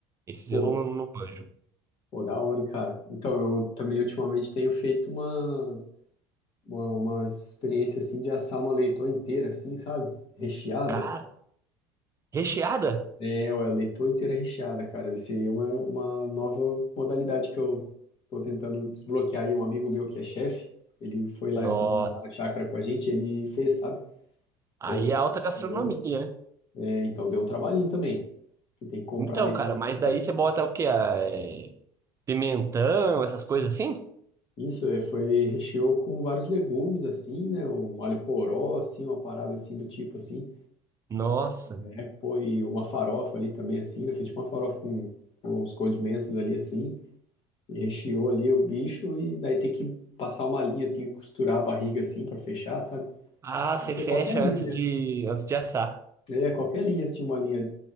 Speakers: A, on the right; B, on the left.
A: Esses
B: pô,
A: eu não, não manjo.
B: pô, da hora, hein, cara. Então, eu também ultimamente tenho feito uma, uma, uma experiência, assim, de assar uma leitoa inteira, assim, sabe? Recheada.
A: Cara, recheada?
B: É, ó, a leitoa inteira recheada, cara. Isso aí é uma, uma nova modalidade que eu tô tentando desbloquear aí. Um amigo meu que é chefe, ele foi lá
A: Nossa.
B: esses dias lá na chácara com a gente, ele fez, sabe?
A: Aí
B: Pô, daí
A: é
B: ele
A: alta gastronomia,
B: criou.
A: né?
B: É, então deu um trabalhinho também. Você tem que comprar
A: Então,
B: a leitoa
A: cara,
B: inteira.
A: mas daí você bota o quê? Ah, é, Pimentão, essas coisas assim?
B: Isso, é, foi, recheou com vários legumes, assim, né? Um alho poró, assim, uma parada assim do tipo, assim.
A: Nossa.
B: É, pô, e uma farofa ali também, assim, né? Fez tipo uma farofa com, com uns condimentos ali, assim. E recheou ali o bicho e daí tem que passar uma linha assim, costurar a barriga assim pra fechar, sabe?
A: Ah,
B: Pode
A: você
B: ser
A: fecha
B: qualquer linha
A: antes
B: mesmo.
A: de, antes de assar.
B: É, qualquer linha, se tinha uma linha